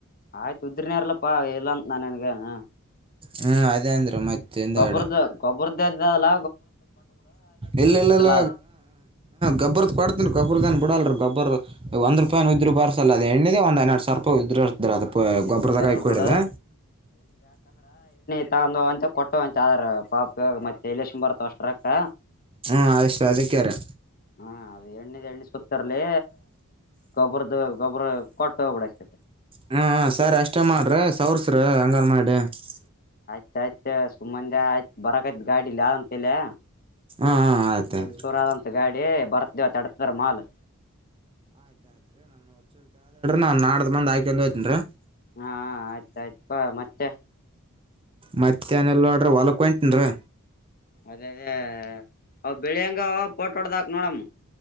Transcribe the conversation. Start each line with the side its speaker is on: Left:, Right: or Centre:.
Left: ಆಯ್ತು ಉದ್ರನಾರಲಪ್ಪಾ ಎಲ್ಲಂತ ನಾನನ್ಗನ್
Right: ಹ್ಮ್ ಅದೇ ಅಂದ್ರ ಮತ್ತೆ ಹಿಂದಗಡೆ
Left: ಗೊಬ್ರದ್ದ ಗೊಬ್ಬ್ರದ್ದ ಅದಲ್ಲ
Right: ಇಲ್ಲ ಇಲ್ಲ ಇಲ್ಲ
Left: ಆದ್ರ
Right: ಗಬ್ಬರದ <inaudible> ಕೊಡ್ತೀನ ಗಬ್ಬರದನ್ ಬಿಡಲರಿ ಗಬ್ಬರದ ಒಂದು ರೂಪಾಯ ಉದ್ರಿ ಬಾರ್ಸ ಅದೆ ಎನ್ನಿಗೆ ಒಂದ್ ಹನೆರಾಡ್ ಸಾವಿರ ಪ ಇದ್ರ ಇರ್ತ್ರ ಅದು
Left: ಎಣ್ಣಿದಿರ್ಲ್
Right: ಗೊಬ್ಬರದಾಗ ಆಯ್ಕಡಿದೆ
Left: ಬಿಡ <unintelligible> <inaudible> ತ ಕೊಟ್ಟಂ ಆದ್ರ ಪಾಪ ಮತ್ತೆ ಇಲ <inaudible> ಬರತ್ ಅಷ್ಟ ರೊಕ್ಕ
Right: ಹ್ಮ ಅಷ್ಟು ಅದಕ್ಕೆ ರಿ
Left: ಹಾ ಅದು ಎಣ್ಣದ್ ಎಣ್ಣೆ ಸುತ್ತರ್ಲಿ ಗೊಬರದ ಗೊಬ್ಬ್ರ ಕೊಟ್ಟ ಹೋಗ್ಬಿಡ ಅಷ್ಟ
Right: ಹ್ಮ ಸರ್ ಅಷ್ಟೇ ಮಾಡ್ರಿ ಸೌರ್ಸ್ರಿ ಹಂಗಾರ ಮಾಡಿ ಹ್ಮ್
Left: ಆಯ್ತ ಸುಮ್ಮಂದ ಆಯ್ತು ಬರಕಾಯತ್ ಗಾಡಿಲಿ ಇಲ್ಲಿ <unintelligible> ಅಂತಲ
Right: ಹ್ಮ್ ಆಯ್ತು ಆಯ್ತು
Left: ಲಿಂಗಸೂರ ಆದಂತ ಗಾಡಿ ಬರ್ತೇವ ತಡತರ <unintelligible> ಮಾಲ್
Right: ನಾ ನಾಡ್ದ ಬಂದ ಆಯಕೋಯತನ ರಿ
Left: ಹಾ ಆಯ್ತ ಆಯ್ಪಾ ಮತ್ತೆ
Right: ಮತ್ತ ಏನೆಲ್ಲ ನೋಡ್ರಿ ಹೊಲ ಒಟಿನೀರಿ
Left: ಅದೇ ಅದೇ ಅವ ಬೆಳಿಂಗ ಪೋಟ್ ಹೊಡ್ದಾಕ್ ನೋಡಮ್ಮ